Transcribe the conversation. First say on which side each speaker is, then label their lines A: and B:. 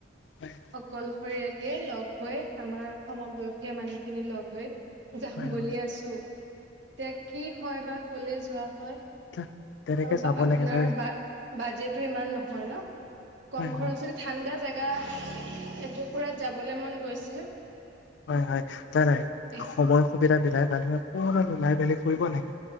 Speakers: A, on the left; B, on the right.
A: হয়
B: অকল সৈয়াকেই লগ হৈ, আমাৰ সমবয়সীয়া মানুহখিনি লগ হৈ
A: হয়
B: বুলি
A: হয়
B: আছো। এতিয়া কি হয় বা। ক'লে যোৱা হয়।
A: তা- তেনেকে
B: আৰু
A: যাব
B: বা আপোনাৰ
A: লাগে জানে
B: বা বাজেটো ইমান নহয় ন। কম
A: হয়
B: খৰচতে
A: হয়
B: ঠাণ্ডা জেগা য়া এটুকুৰাত যাবলৈ মন গৈছিল।
A: হয় হয়। তাই নাহে
B: এ
A: সময় সুবিধা মিলাই মানুহে অকমান ওলাই মেলি ফুৰিব লাগে